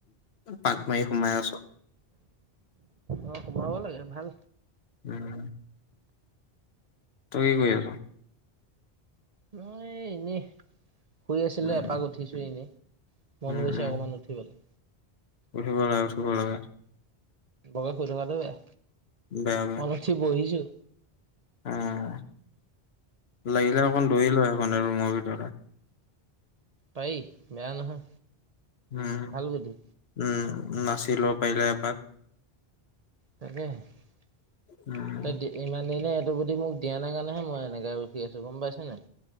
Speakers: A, on the left; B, on the right.
A: পাক মাৰি সোমাই আছোঁ।
B: অ', -সোমাব লাগে ভাল।
A: উম, তই কি কৰি আছ?
B: মই এনেই, শুই আছিলো
A: উম,
B: এপাক উঠিছো এনেই। মন
A: উম,
B: গৈছে
A: উম,
B: অকণমান উঠিবলৈ।
A: উঠিব লাগে উঠিব লাগে
B: বৰকে শুই থকা বেয়া,
A: বেয়া
B: অলপ উঠি বহিছো।
A: উমঁ, লাগিলে অকণ ধৰি ল' সেইকণতে ৰুমৰ ভিতৰতে।
B: পাৰি বেয়া নহয়।
A: উমঁ-উমঁ,
B: ভাল বুদ্ধি
A: নাচি ল'ব পাৰিলে এপাক।
B: তাকে, <unintelligible>
A: উম,
B: ইমান দিনে এইটো বুদ্ধি মোক দিয়া নাই কাৰণে'হে মই এনেকে ৰখি আছো গম পাইছে নাই।